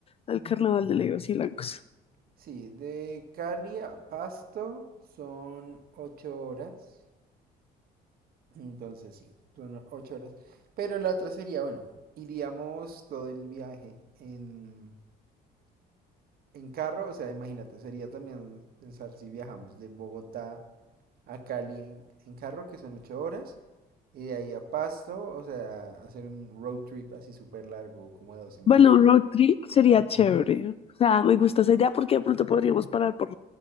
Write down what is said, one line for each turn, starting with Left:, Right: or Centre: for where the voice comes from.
Left: al Carnaval de Legos y Blancos.
Right: Sí, de Cali a Pasto son ocho horas. Entonces sí, son ocho horas. Pero la otra sería, bueno, iríamos todo el viaje en, en carro. O sea, imagínate, sería también pensar si viajamos de Bogotá a Cali en, en carro, que son ocho horas. Y de ahí a Pasto, o sea, hacer un road trip así súper largo, como de dos semanas.
Left: Bueno, un road trip sería chévere. O sea, me gusta esa idea porque de pronto podríamos parar por